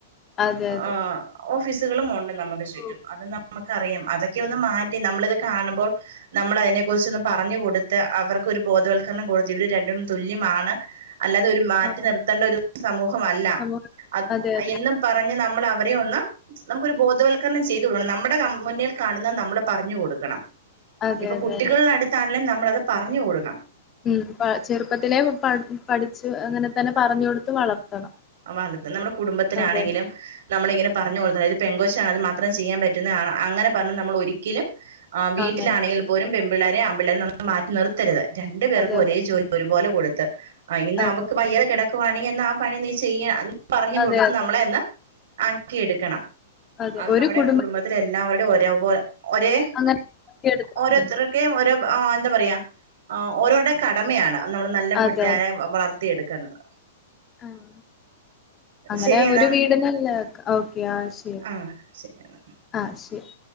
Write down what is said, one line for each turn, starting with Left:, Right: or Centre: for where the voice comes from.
Left: അതെ അതെ
Right: ആ ഓഫീസുകളും ഉണ്ട് നമുക്ക് ചുറ്റും
Left: ഓ
Right: അത് നമ്മക്കറിയാം അതൊക്കെ ഒന്ന് മാറ്റി നമ്മളിത് കാണുമ്പോ നമ്മള് അതിനെ കുറിച്ചൊന്ന് പറഞ്ഞ് കൊടുത്ത് അവർക്കൊരു ബോധവൽക്കരണം കൊടുത്ത് ഇവര് രണ്ടും തുല്യമാണ് അല്ലാതെ ഒരു മാറ്റി
Left: ആ
Right: നിർത്തേണ്ട ഒരു സമൂഹമല്ല
Left: സമൂഹ
Right: അത്
Left: അതെ അതെ
Right: എന്നും പറഞ്ഞ് നമ്മളവരെ ഒന്ന് നമുക്കൊരു ബോധവത്ക്കരണം ചെയ്തു കൊടുക്കണം നമ്മുടെ കം മുന്നിൽ കാണുന്നത് നമ്മള് പറഞ്ഞു കൊടു ക്കണം
Left: അതെ
Right: ഇപ്പോ
Left: അതെ
Right: കുട്ടികളുടെ
Left: അതെ
Right: അടുത്താണെങ്കിലും നമ്മളത് പറഞ്ഞു കൊടുക്കണം
Left: ഉം പ ചെറുപ്പത്തിലെ പ പഠിച്ച് അങ്ങനെ തന്നെ പറഞ്ഞു കൊടുത്ത് വളർത്തണം
Right: വലത് നമ്മടെ കുടുംബത്തിനാണെങ്കിലും
Left: അതെ അതെ
Right: നമ്മളിങ്ങനെ പറഞ്ഞു കൊടുത്ത് അതായത് പെൺ കൊച്ചായാൽ മാത്രം ചെയ്യാൻ പറ്റുന്ന ആണ് അങ്ങനെ പറഞ്ഞ് നമ്മളൊരിക്കലും ആഹ് വീട്ടിലാണെങ്കിൽ
Left: അങ്ങനെ
Right: പോലും പെമ്പിള്ളാരേം ആമ്പിള്ളേരേം നമ്മള് മാറ്റി നിർത്തരുത് രണ്ടു പേർക്കും
Left: അതെ അതെ
Right: ഒരേ ജോലി ഒരുപോലെ കൊടുത്ത് ആ ഇന്ന്
Left: അതെ
Right: അവക്ക് വയ്യാതെ കിടക്കുവാണെങ്കിൽ എന്ന ആ പണി നീ ചെയ്യാ പറഞ്ഞു കൊടുത്ത്
Left: അതെ അതെ
Right: നമ്മളെ അന്ന് ആക്കി എടുക്കണം
Left: അതെ
Right: അത്
Left: ഒരു
Right: നമ്മുടെ
Left: കുടുംബത്തിൽ
Right: കുടുംബ ഓര് എല്ലാവരും ഓരെ പോൽ ഒരേ
Left: അങ്ങനെ വളർത്തിയെടുത്താൽ
Right: ഓരോര്ത്തരൊ
Left: മതി
Right: ക്കെയും ഒരു എന്താ പറയാ ആ ഓരോടെ കടമയാണ് നമ്മള് നല്ല പിള്ളാരെ
Left: അതെ
Right: വളർ ത്തി എടുക്കണ്ടത
Left: ആഹ് അങ്ങനെ
Right: ശരി എന്നാ
Left: ഒരു വീടിനല്ല ഓക്കെ ആഹ് ശരി
Right: ആ ശരി എന്നാ
Left: ആഹ് ശരി